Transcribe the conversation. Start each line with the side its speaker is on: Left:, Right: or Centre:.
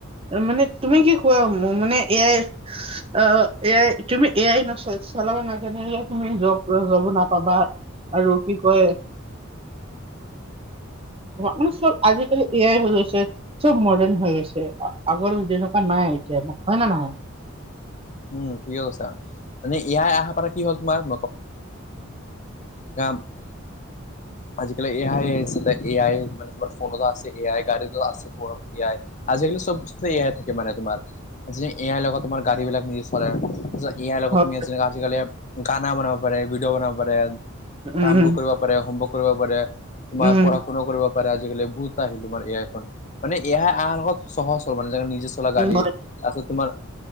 Right: মানে তুমি কি কোৱা মানে A I O A I তুমি এ আই নচ চলাব নাজানিলে তুমি জব জবো নাপাবা। আৰু কি কয় মানে চব আজিকালি এয়াই হৈ গৈছে চব মডাৰ্ণ হৈ গৈছে। আগৰ যেনেকুৱা নাই এতিয়া হয় নে নহয়।
Left: উম ঠিকে কৈছা মানে এ আই আহাৰ পৰা কি হ'ল তোমাৰ <unintelligible> আজিকালি এ আই এ আই মানে তোমাৰ ফোনত আছে এ আই গাড়ীতো আছে। এয়াই আজিকালি চব বস্তু এয়াই থাকে মানে তোমাৰ। আজি এ আই লগত তোমাৰ গাড়ীবিলাক নি চলাই আছে এ আই লগত
Right: হয়
Left: তুমি আজিকালি গানা বনাব পাৰে ভিডিঅ' বনাব পাৰে
Right: উম
Left: কাম বোৰ কৰিব পাৰে হোমৱৰ্ক কৰিব পাৰে তোমাৰ
Right: উম
Left: পঢ়া-শুনাও কৰিব পাৰে আজিকালি বহুত আহিলো তোমাৰ এ আই খন মানে এ আই আহাৰ লগত সহজ হল মানে নিজে চলা গাড়ী
Right: উম
Left: তাৰপিছত তোমাৰ